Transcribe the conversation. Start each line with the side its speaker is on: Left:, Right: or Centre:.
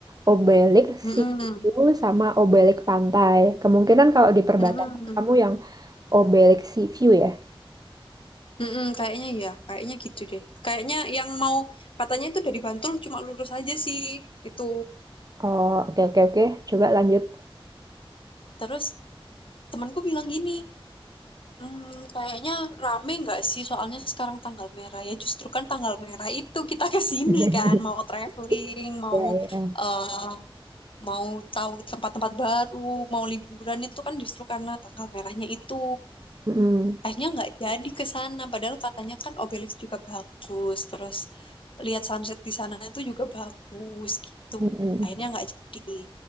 Right: Obelix
Left: Mm-mm,
Right: Situ sama Obelix Pantai. Kemungkinan kalau di perbatasan
Left: mm-mm,
Right: kamu yang Obelix Sea View ya.
Left: mm-mm, kayaknya ya, kayaknya gitu deh. Kayaknya yang mau katanya itu dari Bantul cuma lurus aja sih itu.
Right: Oh, oke oke oke. Coba lanjut.
Left: Terus temanku bilang gini, "Hmm, kayaknya rame nggak sih soalnya sekarang tanggal merah ya justru kan tanggal merah itu kita ke sini
Right: <laughs>
Left: kan mau traveling mau
Right: Ya ya.
Left: eh, mau tahu tempat-tempat baru mau liburan itu kan justru karena tanggal merahnya itu
Right: Mm-mm.
Left: akhirnya nggak jadi ke sana padahal katanya kan Obelix juga bagus terus lihat sunset di sana itu juga bagus gitu
Right: Mm-mm.
Left: akhirnya nggak jadi